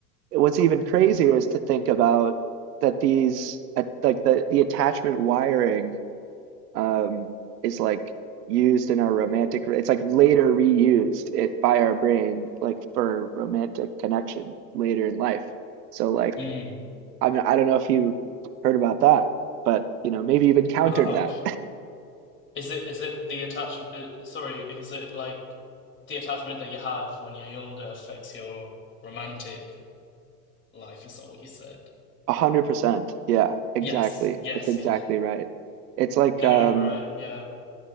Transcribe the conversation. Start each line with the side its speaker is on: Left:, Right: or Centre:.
Right: what's even crazier is to think about that these, uh, like the the attachment wiring, um, is like used in our romantic. It's like later reused it by our brain, like for romantic connection later in life. So like,
Left: Mm.
Right: I'm I don't know if you heard about that, but you know, maybe you've encountered
Left: Ah,
Right: that.
Left: is it is it the attachment? Uh, sorry, is it like the attachment that you have when you're younger affects your romantic life? Is that what you said?
Right: A hundred percent. Yeah, exactly.
Left: Yes, yes,
Right: It's exactly
Left: yeah.
Right: right. It's like
Left: No,
Right: um
Left: you're right. Yeah.